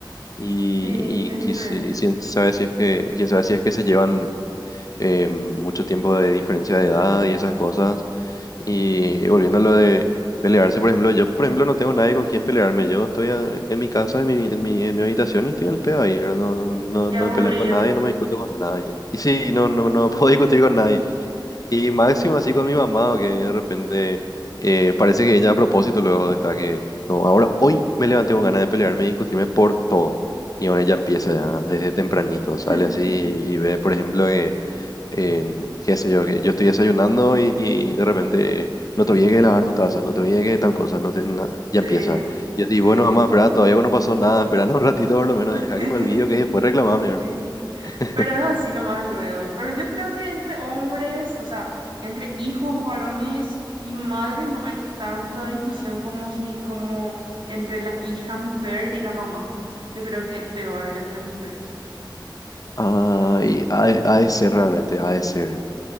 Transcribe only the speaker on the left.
Y,
y
que
si- quién sabe si es que, quién sabe si es que se llevan eh, mucho tiempo de diferencia de edad y esas cosas. Y volviendo a lo de pelearse, por ejemplo, yo, por ejemplo, no tengo nadie con quien pelearme. Yo estoy a- en mi casa, en mi, en mi, en mi habitación y estoy al pedo ahí, ¿verdad? No, no, no,
no
me peleo con nadie, no me discuto con nadie. Y sí, no, no, no puedo <laughs> discutir con nadie. Y máximo así con mi mamá, o que de repente eh, parece que ella a propósito luego está que, no, ahora hoy me levanté con ganas de pelearme y discutirme por todo. Y ahora ella empieza ya desde tempranito, sale
así y, y ve, por ejemplo, que, em, qué sé yo, que yo estoy desayunando y, y de repente no te olvides de lavar tu taza, no te olvides de tal cosa, no te, na-". ya
empieza. Yo digo,
bueno, mamá, espera, todavía no pasó nada, esperando un ratito por lo menos, deja
que me olvide, que después reclamame, ¿verdad?
<laughs>
Ah,
y ha, de ha de ser realmente, ha de ser.